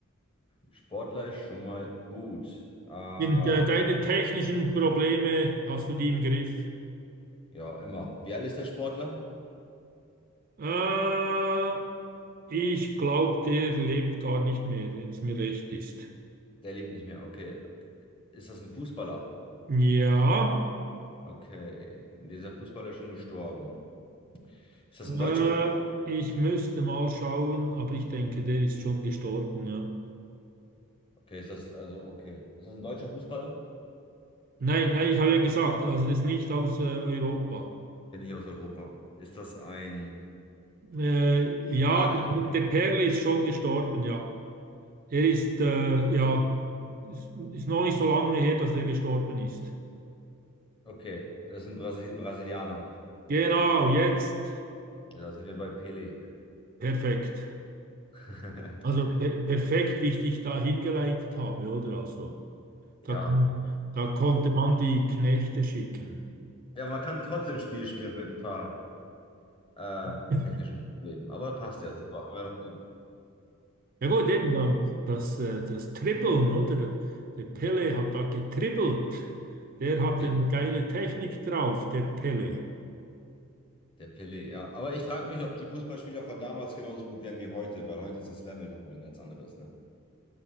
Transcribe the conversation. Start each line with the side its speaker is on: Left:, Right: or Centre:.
Left: Sportler ist schon mal gut. Äh, ja,
Right: Sind äh, deine technischen Probleme, hast du die im Griff?
Left: immer. Wie alt ist der Sportler?
Right: Äh, ich glaube, der lebt gar nicht mehr, wenn es mir recht ist.
Left: Der lebt nicht mehr. Okay. Ist das ein Fußballer?
Right: Ja.
Left: Okay. Dieser Fußballer ist schon gestorben. Ist das
Right: Äh,
Left: ein deutscher? Fu-
Right: ich müsste mal schauen, aber ich denke, der ist schon gestorben, ja.
Left: Okay, ist das also okay. Ist das ein deutscher Fußballer?
Right: Nein, nein, ich habe ja gesagt, also das ist nicht aus äh, Europa.
Left: Bin ich aus Europa. Ist das ein
Right: Äh, ja,
Left: Janischer?
Right: der, der Perle ist schon gestorben, ja. Er ist, äh, ja, ist, ist noch nicht so lange her, dass er gestorben ist.
Left: Okay, das ist ein Brasi Brasilianer.
Right: Genau, jetzt.
Left: Ja, Da sind wir bei Pelé.
Right: Perfekt.
Left: <laughs>
Right: Also per perfekt, wie ich dich da hingeleitet habe, oder? Also, da,
Left: Ja.
Right: kon- da konnte man die Knechte schicken.
Left: Ja, man kann trotzdem ein Spiel spielen mit ein paar. äh,
Right: <laughs>
Left: technischen Problemen. Aber passt ja, super. Haben wir noch den
Right: Ja gut, eben dann das, äh, das Dribbeln, oder? Der Pele hat da getribbelt. Der hat
Left: Pelé.
Right: eine geile Technik drauf, der Pele.
Left: Der Pelé, ja. Aber ich frage mich, ob die Fußballspieler von damals genauso gut wären wie heute, weil heute ist das Level nochmal ein ganz anderes, ne?